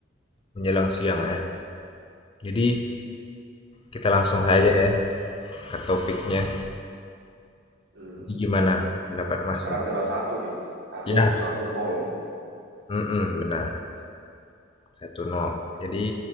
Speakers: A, on the left; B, on the right.
A: menjelang siang ya. Jadi kita langsung saja
B: Ya.
A: ya ke topiknya.
B: Hmm.
A: Jadi gimana pendapat Mas
B: Sekarang
A: untuk
B: tanggal satu nih. Satu
A: ya?
B: satu nol.
A: Mm-mm, benar, satu nol. Jadi